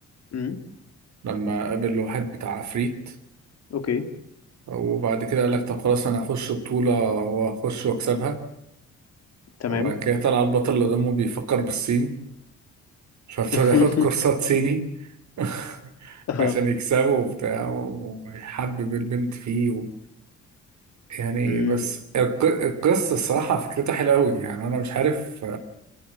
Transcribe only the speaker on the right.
لما قابل واحد بتاع عفريت
وبعد كده قال لك طب خلاص انا هخش بطولة واخش واكسبها
وبعد كده طلع البطل اللي قدامه بيفكر بالصيني فابتدى
ياخد كورسات صيني <laughs>
عشان يكسبه وبتاع ويحبب البنت فيه و... يعني
بس الق- القصة الصراحة فكرتها حلوة أوي يعني أنا مش عارف